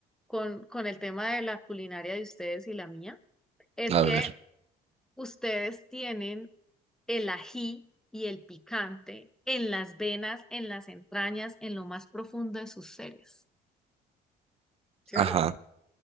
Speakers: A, in the centre; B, on the right (about 35°).
A: con, con el tema de la culinaria de ustedes y la mía? Es
B: a
A: que
B: ver.
A: ustedes tienen el ají y el picante en las venas, en las entrañas, en lo más profundo de sus seres. ¿Sí
B: Ajá,
A: o no?